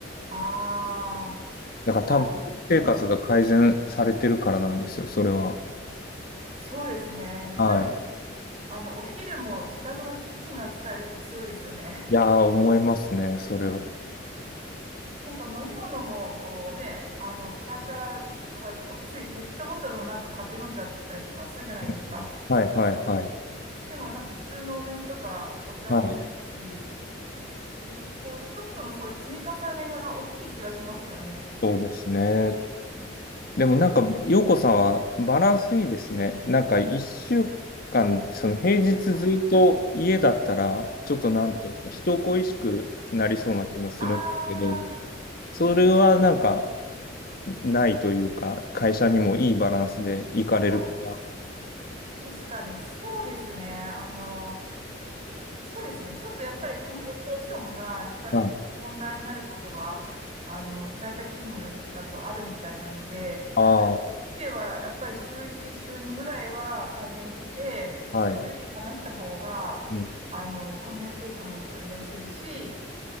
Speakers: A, on the right; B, on the left.
A: ああ、
B: だから多分、
A: あ、なるほど。
B: 生活が改善されてるからなんですよ、それは。
A: そうですね。やっぱり、
B: はい。
A: あの、お昼も自宅のキッチンが使えるって強いですよね。
B: いやー、思いますね、それは。
A: <laughs> なんか飲み物も、こうね、あの、会社とかだとこう、ついペットボトルのなんか買って飲んじゃったりとかするじゃないですか。
B: うんはい、はい、はい。
A: でも、なんか普通のお水とかお茶を飲めるし、
B: はい。
A: なんかこう、ちょっとのそういう積み重ねが大きい気はしますよね。
B: そうですね。
A: うん
B: でもなんか、陽子さんはバランスいいですね。なんか、一週間、その平日ずっと家だったら、
A: ま
B: ちょっとなんていうんですか、人恋しくなりそうな気もするんだけど、
A: あまあ
B: それはなんか、ないというか、会社にもいいバランスで行かれるから。
A: あー、はい確かにそうですね。あの、そうですね。ちょっとやっぱりコミュニケーションがやっぱり問題になることは、
B: はい。
A: あの、在宅勤務だとあるみたいなので、
B: ああ、
A: いやそういう意味ではやっぱり週1、週2ぐらいは会社に来て直接話した方が、
B: はい。うん、
A: あの、コミュニケーションも取りやすいし、